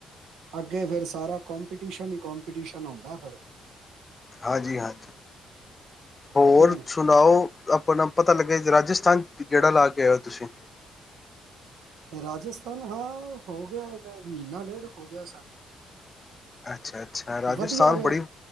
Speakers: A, on the right; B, on the left.
A: ਅੱਗੇ ਫਿਰ ਸਾਰਾ ਕੋਂਪੀਟੀਸ਼ਨ ਹੀ ਕੋਂਪੀਟੀਸ਼ਨ ਹੁੰਦਾ ਫਿਰ
B: ਹਾਂਜੀ ਹਾਂ ਹੋਰ
A: ਹੈ ਕਿ ਨਹੀਂ
B: ਸੁਣਾਓ ਆਪਣਾ ਪਤਾ ਲੱਗੇ ਰਾਜਸਥਾਨ ਜੇਹੜਾ ਲਾ ਕੇ ਆਇ ਹੋ ਤੁਸੀਂ
A: ਰਾਜਸਥਾਨ ਹਾਂ ਹੋ ਗਿਆ ਮਹੀਨਾ ਡੇਢ ਹੋ ਗਿਆ ਸਾਨੂੰ
B: ਅੱਛਾ ਅੱ ਅੱਛਾ ਰਾਜਸਥਾਨ
A: ਵਧੀਆ ਰਿਹਾ
B: ਬੜੀ